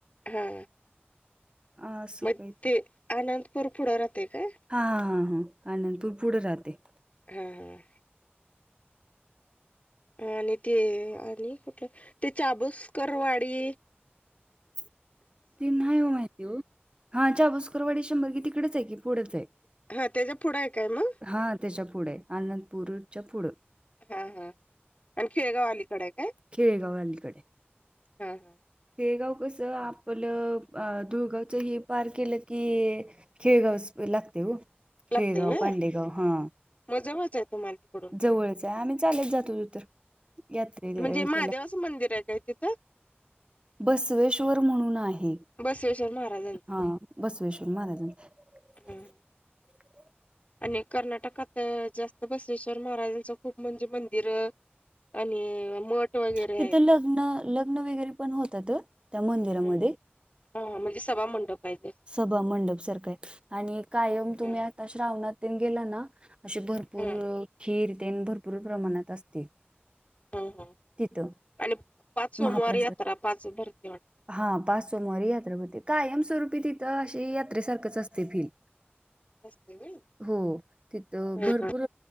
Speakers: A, on the left; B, on the right.
A: हा.
B: असं
A: मग
B: काही
A: ते आनंदपूर पुढे राहते काय.
B: हा हा हा आन तू पुढे राहते.
A: हा हा. आणि ते आणि कुठलं ते चाबूसकरवाडी.
B: <unintelligible> ती नाही हो माहिती हो हा चा भुसकरवाडी शंभर कि तिकडेच आहे की पुढेच आहे.
A: हा त्याच्या पुढं आहे काय मग.
B: हा त्याच्या पुढे अनंदपूरच्या पुढं.
A: हा हा आणि खेळगाव अलीकडे आहे काय.
B: खेडेगाव अलीकडे.
A: हा हा.
B: खेळगाव कस आपलं अ ुळगावच हे पार केलं की. खेळगवस लागते हो. खेळगाव,
A: लागते हे
B: पांडेगाव हां,
A: मजवच य तो मालतीप.
B: जवळच आहे आम्ही चालेत जातो तु तर यात्रेला
A: म्हणजे महादेवाचं
B: ह्याला
A: मंदिर आहे काय तिथं?
B: बसवेश्वर म्हणून आहे
A: बसवेश्वर महाराजांचं
B: हा बसवेश्वर महाराजां <unintelligible>
A: हं आणि कर्नाटकात जास्त बसवेश्वर महाराजांचं खूप म्हणजे मंदिर आणि मठ वगैरे
B: तिथे लग्न लग्न वगैरे पण होतात त्या मंदिरामध्ये
A: आहेत हा म्हणजे सभा मंडप पाहिजे.
B: सभा मंडप सारखा आहे आणि कायम तुम्ही
A: ह
B: आता श्रावणात गेला ना. अे भरपूर
A: ह
B: खीर ते भरपूर प्रमाणात असते.
A: ह ह
B: तिथं
A: आणि पाच सोमवार
B: महाप्रसाद
A: यात्रा पाच भरती वाटत.
B: हा पाच सो मारी यात्रपती काय एम स रुपय. ी तिथं अे यात्रेसारखंच असते फिील
A: असते व्हय
B: हो तिथ
A: हम्म
B: भरपूर.